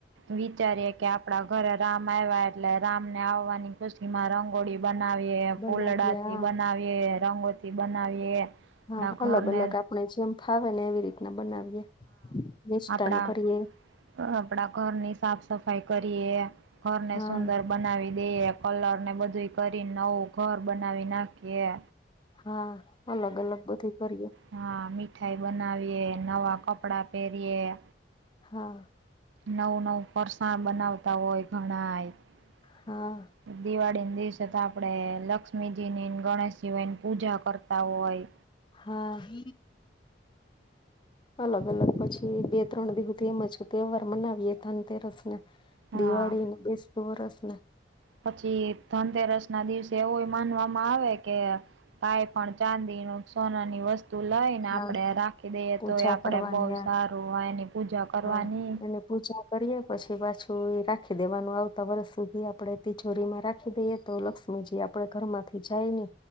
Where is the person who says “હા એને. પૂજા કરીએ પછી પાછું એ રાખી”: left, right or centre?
Left